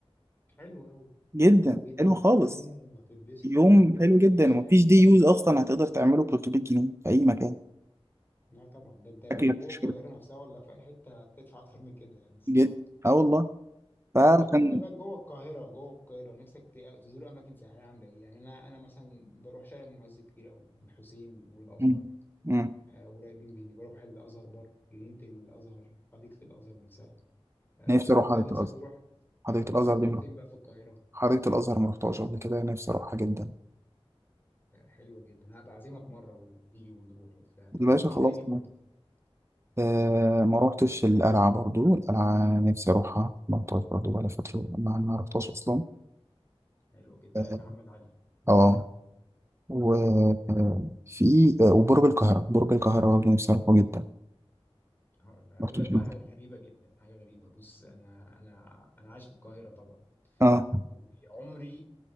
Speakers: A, on the left (about 20°); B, on the right (about 25°).
A: حلو أوي يعني
B: جدا
A: حلو جدا
B: حلو خالص
A: يوم هتتبسط
B: يوم
A: فيه وتعيش
B: حلو جدا ومفيش
A: حياتك
B: دي يوز
A: و...
B: أصلا هتقدر تعمله ب 300 جنيه في أي مكان
A: لا طبعا ده انت لو
B: أكلك
A: جوه
B: وشربك
A: القاهرة نفسها ولا في أي حتة هتدفع أكتر من كده يعني الصراحة
B: جدا أه والله فكان
A: طب طب انت بقى جوه القاهرة جوه القاهرة نفسك ت- تزور أماكن سياحية عاملة إيه؟ يعني أنا أنا مثلا بروح شارع المعز كتير أوي الحسين والأزهر
B: مم. مم.
A: آه، قريبين مني بروح الأزهر برضه جنينة الأزهر حديقة الأزهر نفسها آه،
B: نفسي أروح
A: انت
B: حديقة
A: نفسك
B: الأزهر
A: تروح
B: حديقة
A: نفسك
B: الأزهر
A: تروح
B: دي مرة-
A: فين بقى في القاهرة
B: حديقة الأزهر ما رحتهاش قبل كده نفسي أروحها جدا
A: آه، حلوة جدا هبقى اعزمك مرة وتيجي ونروح وبتاع طب
B: الباشا
A: ايه
B: خلاص
A: تاني برضو
B: آه ما روحتش القلعة برضو القلعة نفسي أروحها ما روحتهاش برضو بقالي فترة ما ما روحتهاش أصلا
A: حلوة جدا
B: اه
A: قلعة محمد علي
B: آه، وفي
A: حلو.
B: آه، وبرج القاهرة برج القاهرة برضه نفسي أروحه جدا
A: هقول هقول
B: ما رحتوش
A: لك بقى
B: قبل
A: حاجة
B: كده.
A: غريبة جدا حاجة غريبة بص انا انا انا عايش في القاهرة طبعا
B: اه
A: وعمري